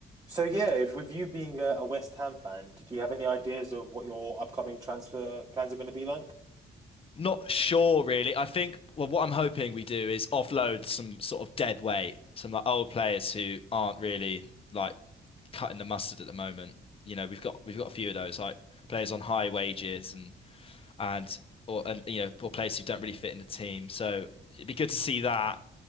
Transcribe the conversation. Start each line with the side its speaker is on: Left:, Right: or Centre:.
Right: So yeah, with you being a, a West Ham fan, did you have any ideas of what your upcoming transfer plans are going to be like?
Left: Not sure, really. I think well, what I'm hoping we do is offload some sort of dead weight, some like old players who aren't really like cutting the mustard at the moment. You know, we've got we've got a few of those, like players on high wages and and or and you know, or players who don't really fit in the team. So it'd be good to see that.